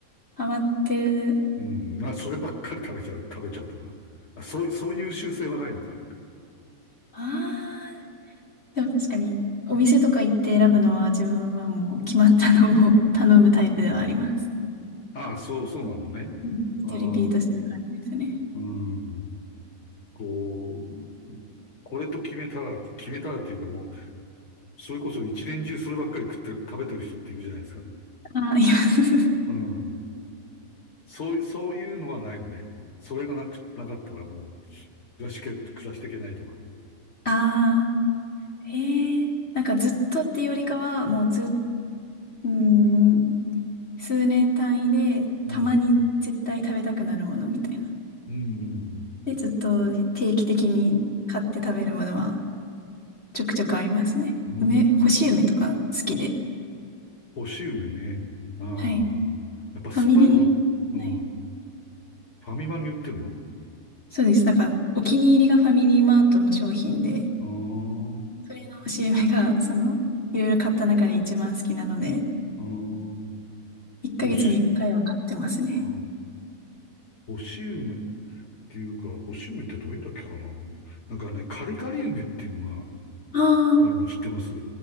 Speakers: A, on the left; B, on the left.
A: ハマってる。
B: うん、な、そればっかり食べちゃう、食べちゃうとか。まあ、そういう、そういう習性はないのか。
A: ああでも確かに、お店とか行って選ぶのは自分はもう決まったのを <laughs> 頼むタイプではあります。
B: ああ、そう、そうなのね。
A: うんずっとリピートする感じですね。
B: うん。うーん。こう、これと決めたら、決めたらというかもう、それこそ一年中そればっかり食って、食べてる人っているじゃないですか。
A: ああ、います。
B: うん。そう、そういうのはないのね。それがなく、なかったらもう、暮らしけ、暮らしていけないとか。
A: <laughs> ああ、へえ。なんかずっとっていうよりかは、もうずっ、うーん、数年単位で、
B: うん。
A: たまに絶対食べたくなるものみたいな。
B: うん、うん、
A: で、ずっと定期的に買って食べるものはちょくちょくありますね。
B: うん。
A: 梅、干し梅とか好きで。
B: うん干し梅ね。あ
A: はい。
B: あ。やっぱ酸っぱいもの、
A: ファミリー、
B: うん。
A: はい。
B: ファミマに売ってるの
A: そうです。なんか、お気に入りがファミリーマートの商品で、
B: ああー、
A: それの CM が、その、いろいろ買った中で一番好きなので、
B: うん。
A: 1ヶ月に1回は買ってますね。
B: 干し、ああ、干し梅、っていうか、干し梅ってどういうんだっけかな。なんかね、カリカリ梅っていうのが
A: ああ、
B: あるの知ってます